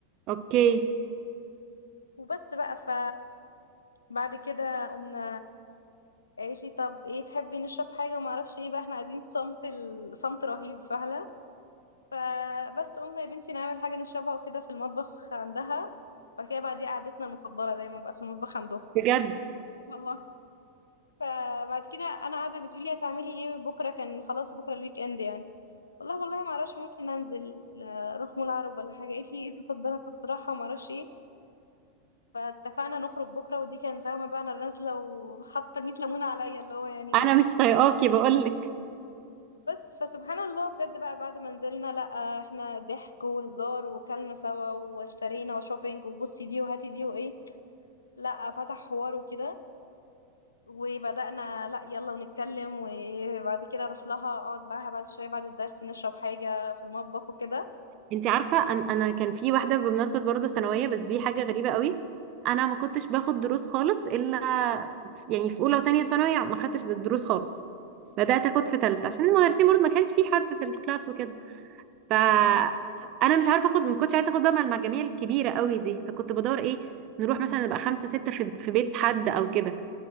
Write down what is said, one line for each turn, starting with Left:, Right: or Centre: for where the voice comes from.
Right: اوكي
Left: وبس بقى ف بعد كده قمنا قالت لي طب ايه تحبي نشرب حاجه وما اعرفش ايه بقى احنا عايزين صمت ال... صمت رهيب فهلا فبس قمنا يا بنتي نعمل حاجه نشربها وكده في المطبخ عندها بعد كده بقى دي قعدتنا المفضله دايما بقى في المطبخ عندهم
Right: بجد
Left: والله فبعد كده انا قاعده بتقولي هتعملي ايه بكره كان خلاص بكره الويك اند يعني والله والله ما اعرفش ممكن انزل آه، اروح مول عرب ولا حاجه قالت لي ايه ده طب ده انا كنت رايحه ما اعرفش ايه فاتفقنا نخرج بكرة ودي كان فاهمة بقى أنا نازلة وحاطة 100 ليمونة عليا اللي هو يعني
Right: انا مش طايقاكي
Left: ماشي
Right: بقول لك
Left: بس فسبحان الله بجد بقى بعد ما نزلنا لأ احنا ضحك وهزار وكلنا سوا واشترينا وشوبينج وبصي دي وهاتي دي وإيه لأ فتح حوار وكده وبدأنا لأ يلا ونتكلم وبعد كده أروح لها أقعد معاها بعد شوية بعد الدرس نشرب حاجة في المطبخ وكده
Right: انت عارفة أن انا كان في واحدة بمناسبة برضه ثانوية بس دي حاجة غريبة قوي انا ما كنتش باخد دروس خالص الا يعني في اولى وتانية ثانوي ما خدتش دروس خالص بدأت
Left: اوكي
Right: اخد في تالتة عشان المدرسين برضه ما كانش في حد في الكلاس وكده ف
Left: تمام
Right: انا مش عارفه اخد ما كنتش عايزه اخد بقى مع المجاميع الكبيره قوي دي فكنت بدور ايه نروح مثلا نبقى خمسه سته في في بيت حد او كده